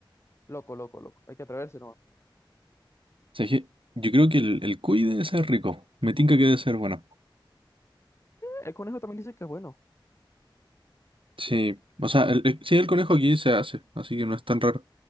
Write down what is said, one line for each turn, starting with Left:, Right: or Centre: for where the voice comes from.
Left: loco, loco, loco. Hay que atreverse nomás.
Right: O sea, que yo creo que el, el cuy debe ser rico, me tinca que debe ser bueno.
Left: El conejo también dice que es bueno.
Right: Sí, o sea, el, el- sí, el conejo aquí se hace, así que no es tan raro.